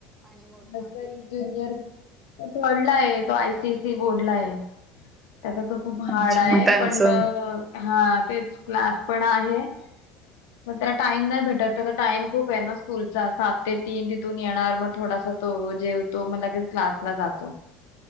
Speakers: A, on the left (about 60°); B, on the right (about 20°).
A: Nursery, junior. थर्ड ला आहे तो आय सी ये सी बोर्ड ला आहे. त्याच तर खूप
B: अच्छा
A: हार्ड आहे.
B: मग त्यांचं
A: पण हा. तेच क्लास पण आहे. मग त्याला टाइम नाही भेटत. त्याचा टाइम खूप आहे ना स्कूलचा. सात ते तीन तिथून येणार मग- थोडासा तो जेवतो. मग लगेच क्लासला जातो.